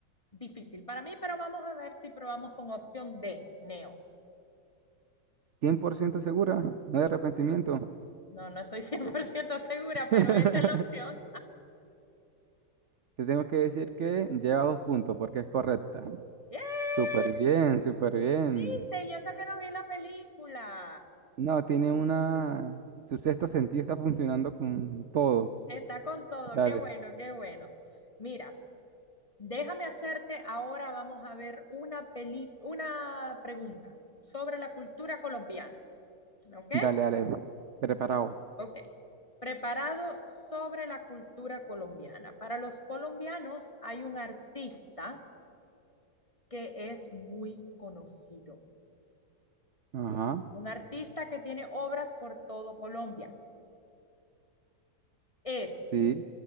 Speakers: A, on the left; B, on the right.
A: difícil para mí, pero vamos a ver si probamos con opción D, Neo.
B: 100% segura, no hay arrepentimiento.
A: No, no estoy <laughs> 100% segura,
B: <laughs>
A: pero esa es la opción.
B: Te tengo que decir que lleva dos puntos porque es correcta.
A: ¡Yay!
B: Súper bien, súper bien.
A: ¿Viste? Y eso que no vi la película.
B: No, tiene una... Su sexto sentido está funcionando con todo.
A: Está con todo.
B: Dale.
A: Qué bueno, qué bueno. Mira, déjame hacerte ahora, vamos a ver una peli, una pregunta sobre la cultura colombiana. ¿Ok?
B: Dale, dale, preparado.
A: Ok. Preparado sobre la cultura colombiana. Para los colombianos hay un artista que es muy conocido.
B: Ajá,
A: Un artista que tiene obras por todo Colombia. Es
B: sí.